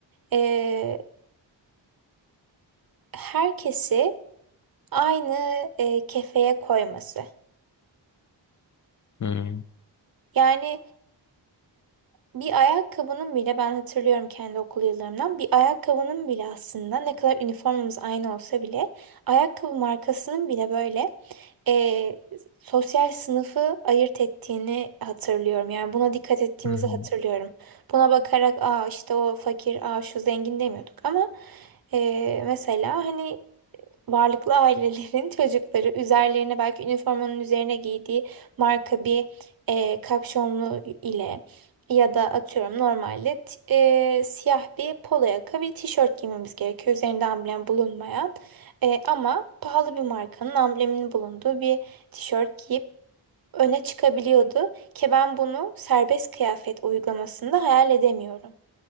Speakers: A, on the right; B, on the left.
A: e, herkesi aynı e, kefeye koyması.
B: Hmm.
A: Yani bir ayakkabının bile ben hatırlıyorum kendi okul yıllarımdan bir ayakkabının bile aslında ne kadar üniformamız aynı olsa bile ayakkabı markasının bile böyle eee, sosyal sınıfı ayırt ettiğini hatırlıyorum. Yani buna dikkat ettiğimizi
B: Hı hı.
A: hatırlıyorum. Buna bakarak aa işte o fakir aa şu zengin demiyorduk ama eee, mesela hani Varlıklı ailelerin <laughs> çocukları üzerlerine belki üniformanın üzerine giydiği marka bir e, kapşonlu ile ya da atıyorum normalde t- e, siyah bir polo yaka bir tişört giymemiz gerekiyor. Üzerinde amblem bulunmayan E, ama pahalı bir markanın ambleminin bulunduğu bir tişört giyip öne çıkabiliyordu ki ben bunu serbest kıyafet uygulamasında hayal edemiyorum.